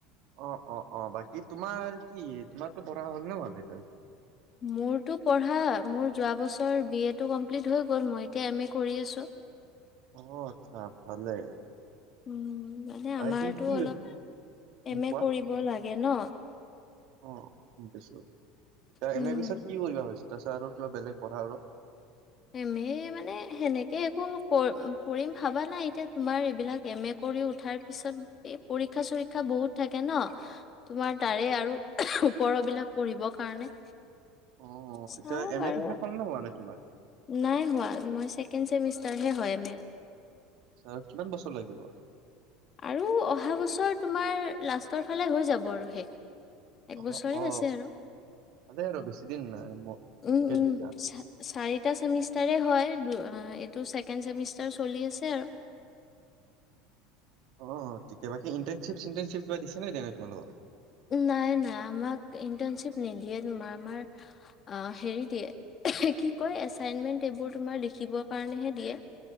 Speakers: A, on the right; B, on the left.
A: অ অ অ, বাকী তোমাৰ কি? তোমাৰতো পঢ়া হ'ল নে ভালেকৈ?
B: মোৰতো পঢ়া মোৰ যোৱা বছৰ বি এ টো কমপ্লিট হৈ গল। মই এতিয়া এম এ কৰি আছো। <inaudible>
A: অ, আচ্ছা ভালে।
B: উম মানে আমাৰতো
A: আৰু কি কি
B: অলপ
A: উম,
B: এম
A: কোৱা
B: এ কৰিব লাগে ন।
A: অ গম পাইছো।
B: উম,
A: এম এ পিছত কি কৰিবা ভাবিছা তাপিছত আৰু কিবা বেলেগ পঢ়া আৰু
B: এমে মানে সেনেকে একো ক কৰিম ভাবা নাই এতিয়া তোমাৰ এইবিলাক এম এ কৰি উঠাৰ পিছত এই পৰীক্ষা চৰীক্ষা বহুত থাকে ন, তোমাৰ তাৰে আৰু ওপৰ বিলাক পঢ়িব দিবৰ কাৰণে
A: অ
B: চাও
A: এতিয়া এম
B: বাৰু
A: এ টো শেষ হল নে নাই এনে তোমাৰ?
B: নাই হোৱা। মই ছেকেণ্ড চেমিষ্টাৰহে হয় এম এ।
A: চ আৰু কিমান বছৰ লাগিব।
B: আৰু অহা বছৰ তোমাৰ লাষ্টৰ ফালে হৈ যাব আৰু শেষ। এক
A: অ
B: বছৰে
A: অ
B: আছে আৰু।
A: ভালে আৰু বেছি দিন নাই মোৰ
B: উম
A: ঠিকে
B: উম
A: তেতিয়া
B: চা চাৰিটা চেমিষ্টাৰে হয়, দু - অ এইটো ছেকেণ্ড চেমিষ্টাৰ চলি আছে আৰু
A: অহ, ঠিকে বাকি ইন্তানশ্বিপ -চিন্তানশ্বিপ কিবা দিছে নে দি নাই তোমালোকৰ?
B: নাই নাই আমাক ইণ্টাৰ্ণশ্বিপ নিদিয়ে তোমাৰ আমাৰ আ হেৰি দিয়ে। কি কয় এচাইনমেন্ট এইবোৰ তোমাৰ লিখিব কাৰণেহে দিয়ে।